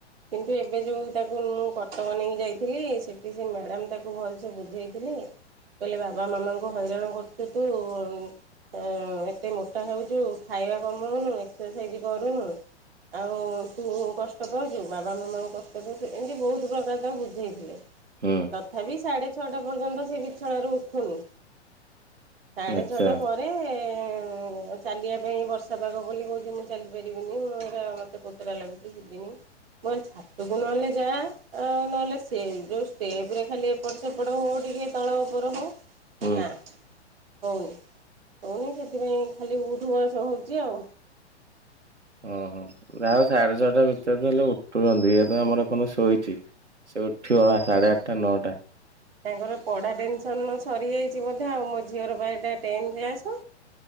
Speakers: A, on the right; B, on the right.
A: କିନ୍ତୁ ଏବେ ଯୋଉ ତାକୁ ମୁଁ କଟକ ନେଇକି ଯାଇଥିଲି ସେଠି ସେ ମ୍ୟାଡାମ ତାକୁ ଭଲ ସେ ବୁଝେଇଥିଲି କହିଲେ ବାବା ମାମାଙ୍କୁ ହଇରାଣ କରୁଛୁ ତୁ। ହ ଏତେ ମୋଟା ହଉଛୁ ଖାଇବା କମଉନୁ ଏକ୍ସରସାଇଜ କରୁନୁ। ଆଉ ତୁ କଷ୍ଟ ପାଉଛୁ ବାବା ମାମାଙ୍କୁ କଷ୍ଟ ଦଉଛୁ ଏମିତି ବହୁତ ପ୍ରକାର ତ ବୁଝେଇଥିଲେ।
B: ହୁଁ।
A: ତଥାପି ସାଢ଼େ ଛଅଟା ପର୍ଯ୍ୟନ୍ତ ସେ ବିଛଣାରୁ ଉଠୁନି। ସାଢ଼େ
B: ଆଚ୍ଛା
A: ଛଅଟା ପରେ ଏ ହୁଁ ଚାଲିବା ପାଇଁ ବର୍ଷା ପାଗ ବୋଲି କହୁଛି ମୁଁ ଚାଲି ପାରିବିନି ମୁଁ ଏ ମତେ କତରା ଲାଗୁଛି ଯିବିନି। ମୋର ଛାତକୁ ନହଲେ ଯା ଆ ନହଲେ ସେ ଯୋଉ ଷ୍ଟେପ ରେ ଖାଲି ଏପଟ ସେପଟ ହଉ ଟିକେ ତଳ ଉପର ହଉ।
B: ହୁଁ।
A: ନା ହଉନି ହଉନି ସେଥିପାଇଁ ଖାଲି ଉଠୁ ବସ ହଉଛି ଆଉ।
B: ଓହୋ ରାହୁ ସାଢ଼େ ଛଅଟା ଭିତରେ ହେଲେ ଉଠୁଛନ୍ତି ଇଏ ତ ଆମର ଏପଯ୍ୟନ୍ତ ଶୋଇଛି। ସେ ଉଠିବ ସାଢ଼େ ଆଠଟା ନଅଟା।
A: ତାଙ୍କର ପଢ଼ା ଟେନସନ ନ ସରିଯାଇଛି ବୋଧେ ଆଉ ମୋ ଝିଅର ପା ଟେନ୍ କ୍ଲାସ।